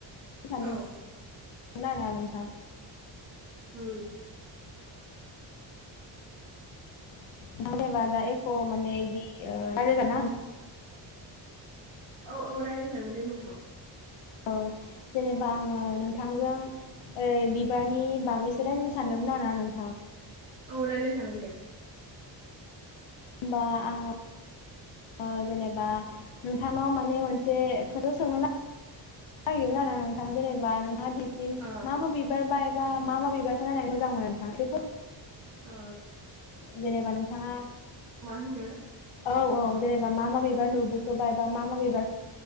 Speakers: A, on the left; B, on the right.
A: सानदोंमोन
B: औ
A: <inaudible> आरोना नोंथां
B: उम
A: <unintelligible> एख माने यिदि <unintelligible> जाना
B: औ - औ रायज्लायजागोन दे नोंथां
A: औ जेनेबा आङो नोंथांजों ओ बिबारनि बागैसो रायजलायनो सानदोंमोन आरोना नों
B: औ रायलायजागोन दे
A: होनबा आङो ओ जेने बा नोंथांनाव माने मोन एसे खोथा सोंनो ना <unintelligible> जेनेबा बान <unintelligible>
B: अ
A: मा मा बिबार <unintelligible> मा मा बिबारखौ नायनानै मोजां मोनो नोंथां जेबो
B: ओ
A: जेनेबा नोंथाङा
B: होनदो
A: औ
B: अ
A: -
B: अ
A: औ जेनेबा मा मा बिबार नुबोखोबा बा मा मा बिबार?